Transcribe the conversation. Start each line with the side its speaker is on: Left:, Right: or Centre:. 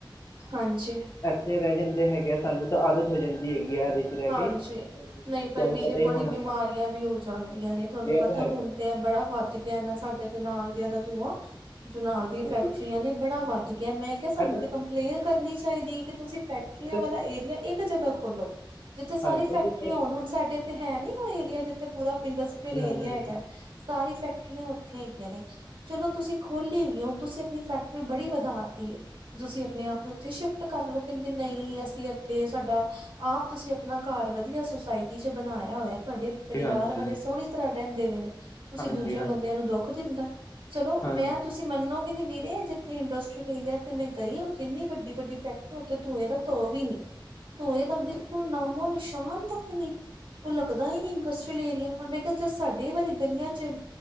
Right: ਹਾਂਜੀ।
Left: ਏਥੇ ਰੈ ਜਾਂਦੇ ਹੈਗੇ ਆ, ਸਾਨੂੰ ਤਾਂ ਆਦਤ ਹੋ ਜਾਂਦੀ ਹੈਗੀ ਆ ਇਹਦੇ ਚ ਰਹਿ
Right: ਹਾਂਜੀ,
Left: ਕੇ ਪ੍ਰਦੂਸ਼ਣ,
Right: ਨਈ
Left: ਤੁਹਾਨੂੰ
Right: ਪਰ ਵੀਰੇ
Left: ਪਤਾ ਹੀ
Right: ਬੜੀ
Left: ਹੋਣਾ
Right: ਬਿਮਾਰੀਆਂ ਵੀ ਹੋ ਜਾਦੀਆਂ
Left: ਹਾਂਜੀ
Right: ਨੇ
Left: ਹਾਂਜੀ
Right: ਤਾਨੂੰ
Left: ਇਹ
Right: ਪਤਾ
Left: ਤਾਂ ਹੈਗਾ
Right: ਹੁਣ ਤੇ ਬੜਾ ਵੱਧ ਕੀ ਆ ਨਾ ਸਾਡੇ ਤੇ ਨਾਲ
Left: ਹਾਂਜੀ
Right: ਦੀਆ ਦਾ ਧੂਂਆ, ਨਾਲ
Left: ਹਾਂਜੀ
Right: ਦੀਆਂ
Left: ਹਾਂਜੀ
Right: ਫੈਕਟਰੀਆਂ ਨੇ ਬੜਾ ਵੱਧ ਗਿਆ। ਮੈਂ ਸਾਨੂੰ
Left: ਇਹ ਤਾਂ
Right: ਤੇ ਕੰਪਲੇਨ ਕਰਨੀ ਚਾਈਦੀ ਏ ਕਿ ਤੁਸੀ
Left: ਹਾਂਜੀ
Right: ਫੈਕਟਰੀਆਂ
Left: ਹਾਂਜੀ ਇਹ ਤਾਂ
Right: ਵਾਲਾ ਏਰੀਆ ਇੱਕ ਜਗਾ ਖੋਲੋ ਜਿੱਥੇ ਸਾਰੀ
Left: ਹਾਂਜੀ
Right: ਫੈਕਟਰੀਆਂ
Left: ਇਹ ਤਾਂ ਸਰ
Right: ਹੋਨ। ਹੁਨ ਸਾਡੇ ਏਥੇ ਹੈ ਨੀ ੳਹ ਏਰੀਆ ਜਿੱਥੇ ਪੂਰਾ ਇੰਡਸਟਰੀਅਲ
Left: ਹਾਂਜੀ
Right: ਏਰੀਆ
Left: ਹਾਂਜੀ
Right: ਹੈਗਾ, ਸਾਰੀ
Left: ਹਾਂਜੀ
Right: ਫੈਕਟਰੀਆਂ ੳਥੇ ਹੈਗੀਆਂ ਨੇ। ਚਲੋ ਤੁਸੀ
Left: ਹਾਂਜੀ
Right: ਖੋਲੀ ਹੋਈ ਏ, ਹੁਣ ਤੁਸੀ ਅਪਨੀ ਫੈਕਟਰੀ ਬੜੀ ਵਧਾ ਤੀ ਏ, ਤੁਸੀ ਅਪਨੇ ਆਪ
Left: ਹਾਂਜੀ
Right: ਨੂੰ ੳਥੇ ਸ਼ਿਫਟ ਕਰ ਲੋ, ਕੈਂਦੇ ਨਈ ਅਸੀ ਏਥੇ ਸਾਡਾ ਆਪ ਤੁਸੀ ਅਪਨਾ ਘਰ ਵਧੀਆ ਸੁਸਾਇਟੀ ਵਿਚ ਬਨਾਏਆ ਹੋਏਆ ਤਾਡੇ
Left: ਹਾਂਜੀ
Right: ਪਰਿਵਾਰ
Left: ਹਾਂਜੀ
Right: ਵਾਲੇ ਸੋਹਣੀ ਤਰਾਂ ਰਹੰਦੇ ਪਏ ਨੇ, ਤੁਸੀ
Left: ਹਾਂਜੀ
Right: ਦੂਜਿਆਂ
Left: ਹਾਂਜੀ
Right: ਬੰਦੇਆਂ ਨੂੰ ਦੁੱਖ ਦੇਂਦਾ। ਚਲੋ,
Left: ਹਾਂਜੀ
Right: ਮੈਂ ਤੁਸੀ ਮਨੋਗੇ ਨੀ ਵੀਰੇ ਅਜੇ ਏਥੇ ਇੰਡਸਟਰੀ ਏਰੀਆ ਤੇ ਮੈਂ ਗਈ ੳਥੇ ਇੰਨੀ ਵੱਡੀ-ਵੱਡੀ ਫੈਕਟਰੀਆਂ ਉਥੇ ਧੁਂਏ ਦਾ ਧੂਂ ਵੀ ਨੀ,
Left: ਹਾਂਜੀ
Right: ਧੂੰਏ ਦਾ ਬਿਲਕੁਲ
Left: ਹਾਂਜੀ
Right: ਨਾਮੋ
Left: ਹਾਂਜੀ
Right: ਨਿਸ਼ਾਨ ਤੱਕ ਨਈ। ੳ ਲਗਦਾ ਈ ਨਈ ਇੰਡਸਟਰੀਅਲ ਏਰੀਆ, ੳਨੁ ਮੈਂ ਕੇਆ ਸਾਡੇ ਵਾਲੀ ਗਲੀਆ ਚ